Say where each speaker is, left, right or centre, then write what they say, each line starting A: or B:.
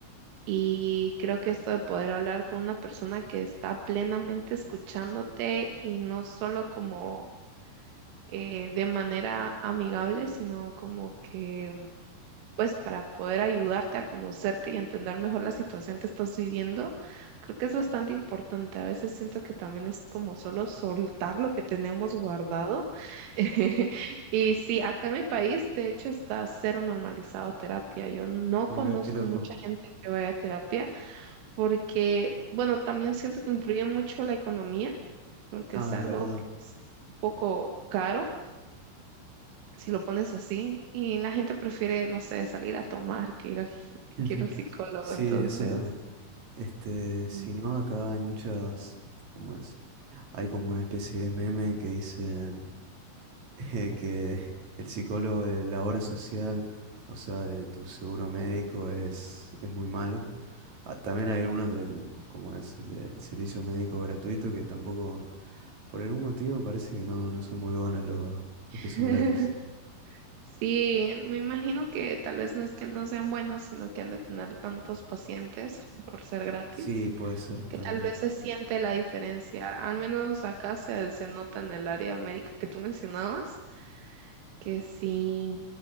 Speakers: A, on the right; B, on the right.
A: y creo que esto de poder hablar con una persona que está plenamente escuchándote y no solo como eh, de manera amigable, sino como que pues para poder ayudarte a conocerte y entender mejor la situación que estás viviendo, creo que es bastante importante. A veces siento que también es como solo soltar lo que tenemos guardado. <laughs> Y sí, acá en mi país, de hecho, está cero normalizado terapia. Yo no
B: mira
A: conozco
B: qué loco.
A: mucha gente que vaya a terapia porque, bueno, también siento que influye mucho la economía, porque
B: Ah,
A: es algo
B: es verdad.
A: que es un poco caro si lo pones así, y la gente prefiere, no sé, salir a tomar que ir al, <laughs>
B: <laughs>
A: que ir al psicólogo,
B: Sí,
A: entonces,
B: eso también. Este, si
A: mm,
B: no, acá hay muchas, ¿cómo es? Hay como una especie de meme que dice eh, que el psicólogo de la obra social, o sea, de tu seguro médico, es, es muy malo. Ah, También hay algunos del, como es, del servicio médico gratuito que tampoco, por algún motivo, parece que no, no son muy buenos los,
A: <laughs>
B: los que son gratis.
A: sí, me imagino que tal vez no es que no sean buenos, sino que han de tener tantos pacientes por ser gratis.
B: Sí, puede ser
A: que
B: también.
A: tal vez se siente la diferencia. Al menos acá se, se nota en el área médica que tú mencionabas, que sí,